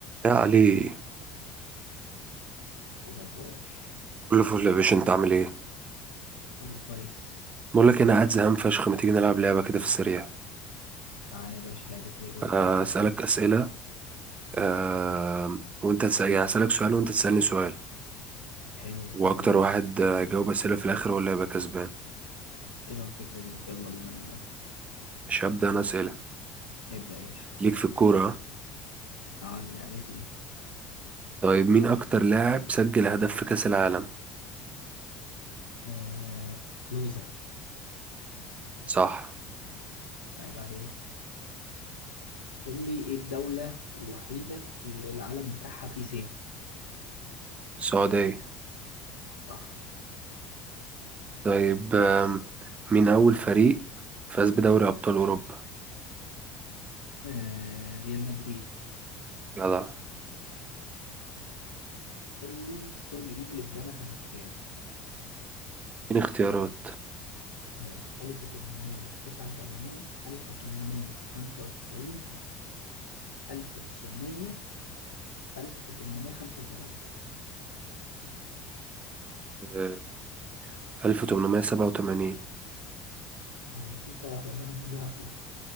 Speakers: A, on the right; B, on the left.
A: يا علي
B: إيه الأخبار
A: كله فل يا باشا انت عامل ايه
B: كله كويس
A: بقول لك انا قاعد زهقان فشخ ما تيجي نلعب لعبه كده في السريع
B: تعالى يا باشا لعبة ايه قول
A: انا
B: لي
A: اسالك اسئله آه وانت تسال يعني اسالك سؤال وانت تسالني سؤال
B: حلوة الفكرة
A: واكتر
B: دي
A: واحد آه، يجاوب اسئله في الاخر هو اللي هيبقى كسبان
B: حلوة الفكرة دي يلا بينا انا موافق
A: مش هبدا انا اسئله
B: ابدأ يا باشا
A: ليك في الكوره اه؟
B: عاد لعبتي دي
A: طيب مين اكتر لاعب سجل هدف في كاس العالم
B: آه... كلوزة
A: صح
B: عيب عليك قول لي إيه الدولة الوحيدة اللي العلم بتاعها فيه سيف
A: السعوديه
B: صح
A: طيب آم، مين اول فريق فاز بدوري ابطال اوروبا
B: آه... ريال مدريد
A: يلا
B: قول لي برج إيفل اتبنى سنة كام
A: مين اختيارات
B: ماشي 1889 1895 1900 1875
A: آه، 1887
B: هو مفيش 97 دي أصلا